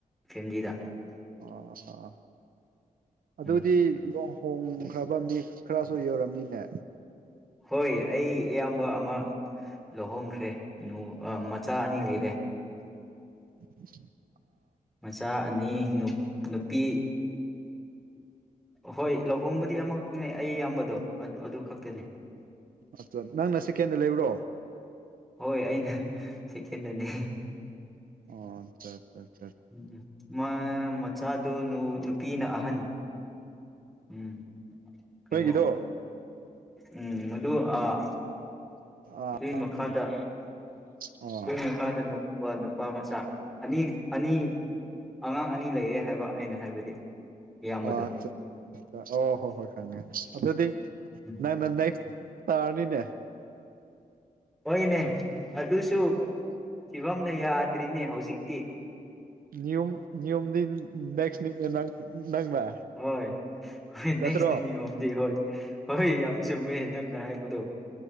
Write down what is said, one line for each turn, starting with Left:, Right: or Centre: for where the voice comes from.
Centre: ꯐꯦꯃꯤꯂꯤꯗ
Right: ꯑꯣ ꯑꯗꯨꯗꯤ
Centre: ꯎꯝ
Right: ꯂꯣꯡ ꯍꯣꯡꯈ꯭ꯔꯕ ꯃꯤ ꯈꯔꯁꯨ ꯌꯧꯔꯝꯅꯤꯅꯦ
Centre: ꯍꯣꯏ ꯑꯩ ꯑꯌꯥꯝꯕ ꯑꯃ ꯂꯧꯍꯣꯡꯈ꯭ꯔꯦꯅ ꯃꯆꯥ ꯑꯅꯤ ꯂꯩꯔꯦ
Right: ꯎꯝ <inaudible>
Centre: ꯃꯆꯥ ꯑꯅꯤ ꯅꯨꯄꯤ ꯍꯣꯏ ꯂꯨꯍꯣꯡꯕꯗꯤ ꯑꯃꯈꯛꯇꯅꯦ ꯑꯩ ꯑꯌꯥꯝꯕꯗꯣ ꯑꯗꯨ ꯈꯛꯇꯅꯤ
Right: ꯑꯆꯥ ꯅꯪꯅ ꯁꯦꯀꯦꯟꯗ ꯂꯩꯕ꯭ꯔꯣ
Centre: ꯍꯣꯏ ꯑꯩꯅ ꯁꯦꯀꯦꯟꯗꯅꯤ
Right: ꯑꯣ ꯑꯆꯥ ꯑꯆꯥ
Centre: ꯎꯝ ꯃꯥ ꯃꯆꯥꯗꯨ ꯅꯨꯄꯤꯅ ꯑꯍꯟ ꯎꯝ ꯀꯩꯅꯣ
Right: ꯅꯣꯏꯒꯤꯗꯣ
Centre: ꯎꯝ ꯃꯗꯨ ꯑꯥ
Right: ꯑꯥ
Centre: ꯑꯗꯨꯏ ꯃꯈꯥꯗ
Right: ꯑꯠꯆꯥ ꯑꯣ
Centre: ꯑꯗꯨ ꯅꯨꯥꯗ ꯅꯨꯄꯥ ꯅꯨꯄꯥ ꯃꯆꯥ ꯑꯅꯤ ꯑꯅꯤ ꯑꯉꯥꯡ ꯑꯅꯤ ꯂꯩꯔꯦ ꯍꯥꯏꯕ ꯑꯩꯅ ꯍꯥꯏꯕꯗꯤ ꯏꯌꯥꯝꯕꯗꯣ
Right: ꯑꯣ ꯑ ꯑꯣ ꯍꯣ ꯍꯣꯏ ꯈꯪꯉꯦ ꯑꯗꯨꯗꯤ
Centre: ꯎꯝ
Right: ꯅꯪꯅ ꯅꯦꯛꯁ ꯇꯥꯔꯅꯤꯅꯦ
Centre: ꯍꯣꯏꯅꯦ ꯑꯗꯨꯁꯨ ꯐꯤꯕꯝꯅ ꯌꯥꯗ꯭ꯔꯤꯅꯦ ꯍꯧꯖꯤꯛꯇꯤ
Right: ꯅꯤꯌꯣꯝ ꯅꯤꯌꯣꯝꯗꯤ ꯅꯦꯛꯁꯅꯤꯅꯦ ꯅꯪ ꯅꯪꯅ
Centre: ꯍꯣꯏ ꯍꯣꯏ ꯅꯦꯛꯁꯅꯦ
Right: ꯅꯠꯇ꯭ꯔꯣ
Centre: ꯅꯤꯌꯣꯝꯗꯤ ꯍꯣꯏ ꯍꯣꯏ ꯌꯥꯝ ꯆꯨꯝꯃꯦ ꯅꯪꯅ ꯍꯥꯏꯕꯗꯣ